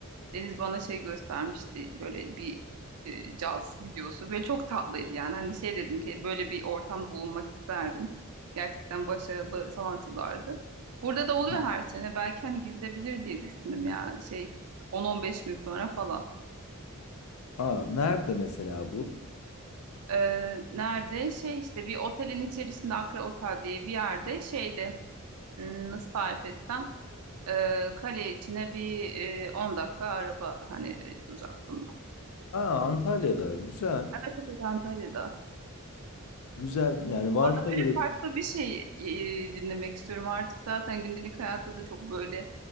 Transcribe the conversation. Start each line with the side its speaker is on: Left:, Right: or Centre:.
Right: Deniz bana şey göstermişti böyle bir e, caz videosu. Böyle çok tatlıydı yani. Hani şey dedim ki böyle bir ortamda bulunmak isterdim. Gerçekten başarılı sanatçılardı. Burada da oluyor
Left: Hı.
Right: her sene. Belki hani gidilebilir diye düşündüm ya şey 10-15 gün sonra falan.
Left: Aa, nerede mesela bu?
Right: Ee, nerede? Şey işte bir otelin içerisinde Akra Otel diye bir yerde şeyde Hmm, nasıl tarif etsem Ee, kale içine bir e, 10 dakika araba hani e, uzaklığında.
Left: Aa, Antalya'da. Güzel.
Right: Evet evet Antalya'da.
Left: Güzel. Yani varsa
Right: Valla
Left: böyle
Right: böyle farklı
Left: <laughs>
Right: bir şey e, dinlemek istiyorum artık zaten gündelik hayatta da çok böyle